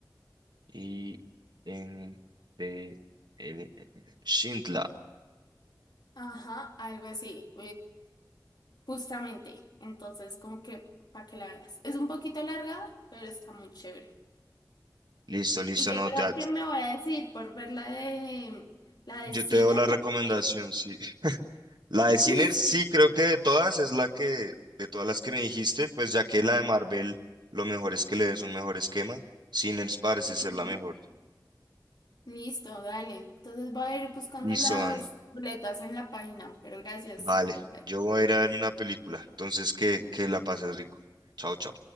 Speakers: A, on the right; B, on the left.
A: A-S-C-H-I-N-D-L. Schindler.
B: Ajá, algo así. Justamente, entonces como que para que la veas. Es un poquito larga, pero está muy chévere.
A: Listo, listo,
B: Y yo
A: no,
B: creo
A: te-
B: que me voy a decidir por ver la de la
A: yo
B: de Sinner,
A: te doy la recomendación,
B: la que me dice.
A: sí. La de Sinners,
B: <laughs> Listo.
A: sí, creo que de todas es la que, de todas las que me dijiste, pues ya que la de Marvel, lo mejor es que le des un mejor esquema. Sinners parece ser
B: Ujú.
A: la mejor.
B: Listo, dale. Entonces voy a ir buscando
A: Y
B: las
A: son,
B: boletas en la página, pero gracias,
A: vale,
B: Samuel. Bye.
A: yo voy a ir a verme una película, entonces que, que la pases rico. Chao, chao.